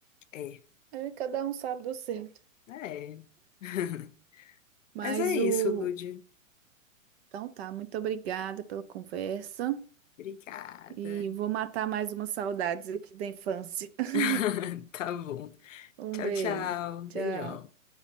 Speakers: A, on the left (about 65°); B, on the right (about 50°).
A: É.
B: É, cada um sabe do seu.
A: É. <laughs>
B: Mas
A: Mas é isso,
B: o.
A: Lud.
B: Então tá, muito obrigada pela conversa
A: Obrigada.
B: e vou matar mais umas saudades aqui da infância. <laughs>
A: <laughs> Tá bom.
B: Um
A: Tchau,
B: beijo.
A: tchau.
B: Tchau.
A: Beijão.